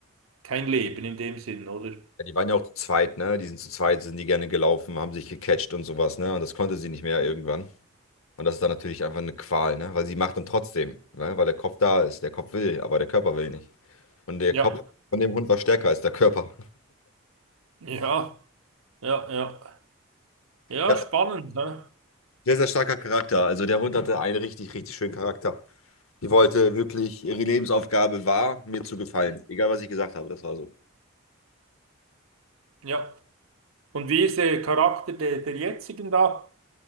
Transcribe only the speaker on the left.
Ja, die waren ja auch zu zweit, ne? Die sind zu zweit, sind die gerne gelaufen, haben sich gecatcht und sowas, ne? Und das konnte sie nicht mehr irgendwann. Und das ist dann natürlich einfach eine Qual, ne? Weil sie macht dann trotzdem, ne? Weil der Kopf da ist, der Kopf will, aber der Körper will nicht. Und der
Kopf von dem Hund war stärker als der Körper.
Ja,
sehr, sehr starker Charakter. Also der Hund hatte einen richtig, richtig schönen Charakter. Die wollte wirklich, ihre Lebensaufgabe war, mir zu gefallen. Egal, was ich gesagt habe, das war so.